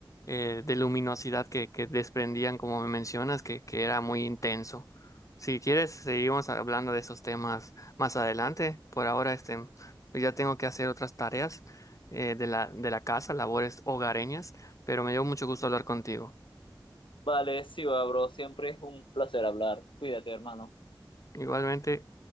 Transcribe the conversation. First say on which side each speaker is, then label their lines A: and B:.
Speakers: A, on the left; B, on the left.
A: eh, de luminosidad que, que desprendían, como me mencionas, que, que era muy intenso. Si quieres, seguimos hablando de esos temas más adelante. Por ahora, este, pues, ya tengo que hacer otras tareas, eh, de la, de la casa, labores hogareñas, pero me dio mucho gusto hablar contigo.
B: Vale, sí, va, bro, siempre es un placer hablar. Cuídate, hermano.
A: Igualmente.